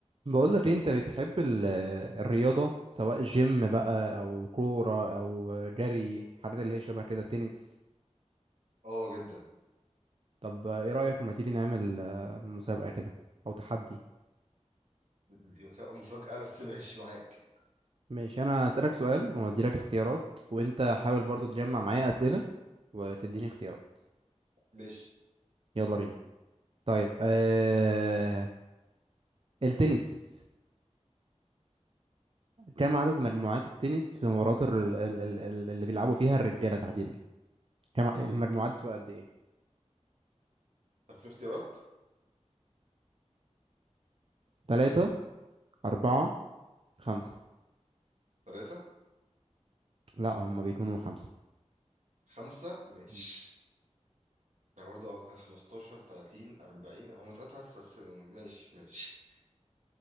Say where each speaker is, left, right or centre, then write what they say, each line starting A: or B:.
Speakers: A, on the right; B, on the right.
A: بقولك إيه، انت بتحب ال- الرياضة سواء جيم بقى او كورة او جري الحاجات اللي هي شبه كده تنس
B: اه جدا
A: طب ايه رأيك ما تيجي نعمل آه، مسابقة كده او تحدي
B: دي هتبقى مفاجأة بس ماشي معاك
A: ماشي انا هسألك سؤال واديلك اختيارات وانت حاول برضو تجمع معايا أسئلة وتديني اختيارات
B: ماشي
A: يلا بينا طيب آه... التنس كم عدد مجموعات التنس في مباريات ال- ال- ال- ال- اللي بيلعبوا فيها الرجالة تحديدا كم المجموعات بتبقى قد ايه
B: طب في اختيارات
A: تلاتة أربعة خمسة
B: ثلاثة
A: لا هم بيكونوا خمسة
B: خمسة ماشي
A: مم.
B: يعني برضه اه كان 15 30 40 هم ثلاثة بس بس من- ماشي ماشي